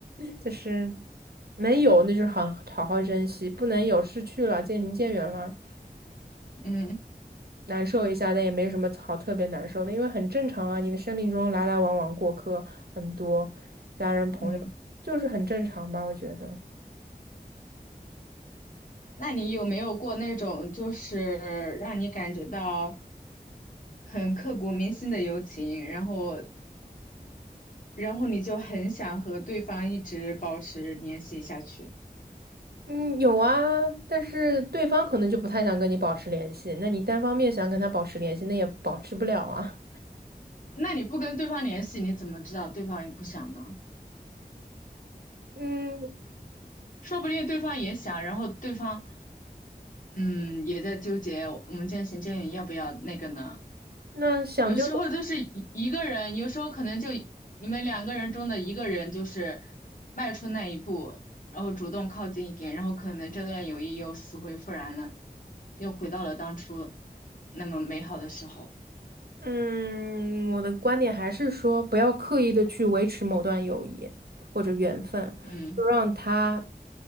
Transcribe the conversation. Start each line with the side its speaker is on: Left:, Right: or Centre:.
Right: 就是能有那就是好好好珍惜，不能有失去了，渐行渐远了，
Left: 嗯
Right: 难受一下，但也没什么好特别难受的，因为很正常啊。你的生命中来来往往过客很多，家人朋友就是很正常吧，
Left: 嗯。
Right: 我觉得。
Left: 那你有没有过那种就是让你感觉到很刻骨铭心的友情，然后然后你就很想和对方一直保持联系下去？
Right: 嗯，有啊，但是对方可能就不太想跟你保持联系，那你单方面想跟他保持联系，那也保持不了啊。
Left: 那你不跟对方联系，你怎么知道对方也不想呢？
Right: 嗯，
Left: 说不定对方也想，然后对方。嗯，也在纠结我们渐行渐远要不要那个呢？
Right: 那想就
Left: 有时候就是一一个人，有时候可能就你们两个人中的一个人就是迈出那一步，然后主动靠近一点，然后可能这段友谊又死灰复燃了，又回到了当初那么美好的时候。
Right: 嗯，我的观点还是说，不要刻意的去维持某段友谊或者缘分，
Left: 嗯
Right: 就让它